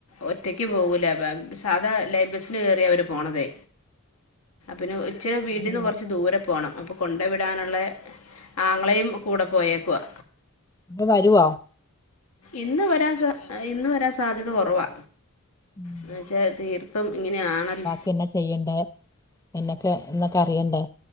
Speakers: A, on the left; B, on the left.
A: ഒറ്റക്ക് പോകൂല സാധാ ലൈൻബസിന് കയറിയ അവര് പോണതേ പിന്നെ ഉച്ച വീടിന്ന്
B: കൂടെ
A: കൊറച്ച് ദൂരെ പോകണം അപ്പോൾ കൊണ്ടു വിടാനുള്ള ആങ്ങളെയയും കൂടെ പോയേക്കുവാ
B: ഇപ്പൊ വരുവോ
A: ഇന്ന് വരാൻ സ ഇന്ന് വരാൻ സാധ്യത കുറവാ
B: ഉം.
A: ന്നുവച്ചാ തീർത്തും ഇങ്ങനെയാണല്ലോ
B: പിന്നെ ചെയ്യണ്ടെ? ന്നൊക്കെ എന്നൊക്കെ അറിയണ്ടേ